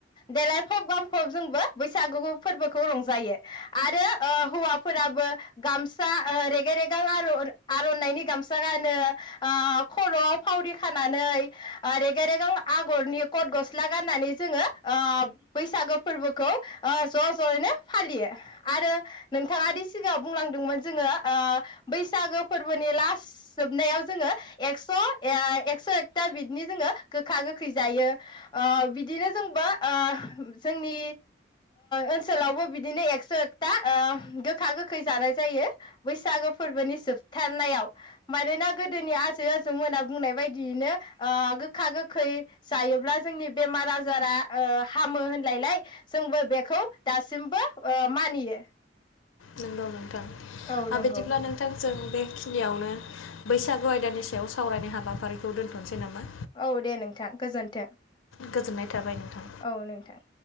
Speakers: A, on the left; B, on the left.
A: देलायफब गामफब जोंबो बैसागु फोरबोखौ रंजायो आरो ओ हौवाफोराबो गामसा रेगे रेगां आरर आरनाइनि गामसा गानो खरआव फावरि खानानै ओ रेगे रेगां आगरनि कथ गस्ला गाननानै जोंङो ओ बैसागो फोरबोखौ ओ ज' ज'यैनो फालियो आरो नोंथांङादि सिगांङाव बुंलांदोंमोन जोंङो ओ बैसागो फोरबोनि लास जोबनायाव जोंङो एक्स' ए एक्स' एकथा बिदिनि जोंङो गोखा गोखै जायो ओ बिदिनो जोंबो ओ जोंनि ओनसोलावबो बिदिनो एकस एकथा ओ गोखा गोखै जानाय जायो। बैसागो फोरबोनि जोबथारनायाव मानोना गोदोनि आजै आजौमोना बुंनाय बायदियैनो ओ गोखा गोखै जायोब्ला जोंनि बेमार आजारा ओ हामो होनलायलाय जोंबो बेखौ दासिमबो ओ मानियो
B: नोंगौ नों थां आरो
A: औ नंगौ
B: बिदिब्ला नोंथां जों बे खिनियावनो बैसागु आयदानि सायाव सावरायनाय हाबाफारिखौ दोनथ'नोसै नामा?
A: औ दे नोंथां गोजोन्थों।
B: गोजोननाय थाबाय नोंथां
A: औ नोंथां।